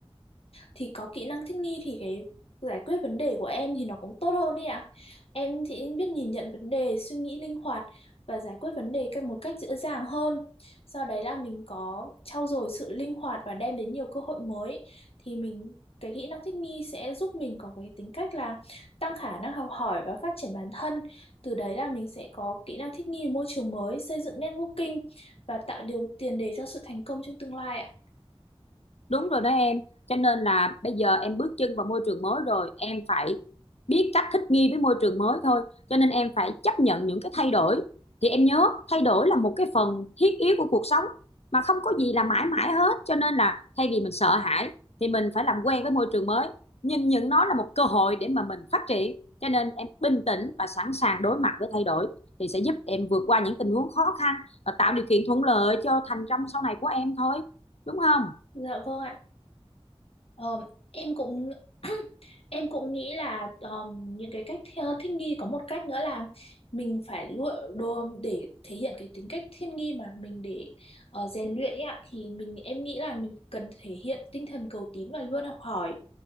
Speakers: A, on the left (about 70°); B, on the left (about 85°).
A: thì có kỹ năng thích nghi thì cái giải quyết vấn đề của em thì nó cũng tốt hơn ý ạ. Em thì biết nhìn nhận vấn đề, suy nghĩ linh hoạt và giải quyết vấn đề cách một cách dễ dàng hơn. Sau đấy là mình có trau dồi sự linh hoạt và đem đến nhiều cơ hội mới thì mình cái kỹ năng thích nghi sẽ giúp mình có cái tính cách là tăng khả năng học hỏi và phát triển bản thân. Từ đấy là mình sẽ có kỹ năng thích nghi với môi trường mới, xây dựng networking và tạo điều tiền đề cho sự thành công trong tương lai ạ.
B: Đúng rồi đó em, cho nên là bây giờ em bước chân vào môi trường mới rồi, em phải biết cách thích nghi với môi trường mới thôi, cho nên em phải chấp nhận những cái thay đổi. Thì em nhớ thay đổi là một cái phần thiết yếu của cuộc sống mà không có gì là mãi mãi hết, cho nên là thay vì mình sợ hãi thì mình phải làm quen với môi trường mới, nhìn nhận nó là một cơ hội để mà mình phát triển. Cho nên em bình tĩnh và sẵn sàng đối mặt với thay đổi thì sẽ giúp em vượt qua những tình huống khó khăn và tạo điều kiện thuận lợi cho thành công sau này của em thôi, đúng không?
A: Dạ vâng ạ. Ờ, em cũng <clears throat> em cũng nghĩ là ờm, những cái cách thi- thích nghi có một cách nữa là mình phải lựa đồ để thể hiện cái tính cách thiên nghi mà mình để ờ, rèn luyện ấy ạ thì mình em nghĩ là mình cần thể hiện tinh thần cầu tín và luôn học hỏi